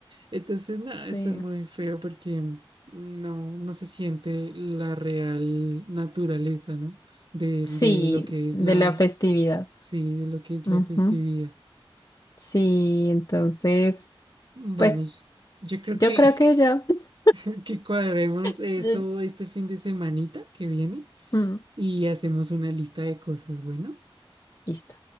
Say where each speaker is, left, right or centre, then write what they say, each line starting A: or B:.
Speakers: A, on the right; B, on the left.
A: Entonces, nada,
B: Sí,
A: eso es muy feo porque mm, no, no se siente la real naturaleza, ¿no? De,
B: sí,
A: de lo que es
B: de
A: la,
B: la festividad.
A: sí, de lo que es
B: Ujú.
A: la festividad.
B: Sí, entonces,
A: Bueno,
B: pues
A: yo creo
B: yo
A: que,
B: creo que yo... <laughs>
A: <laughs> que cuadremos eso
B: Sí.
A: este fin de semanita que viene
B: Mm,
A: y hacemos una lista de cosas, bueno.
B: listo.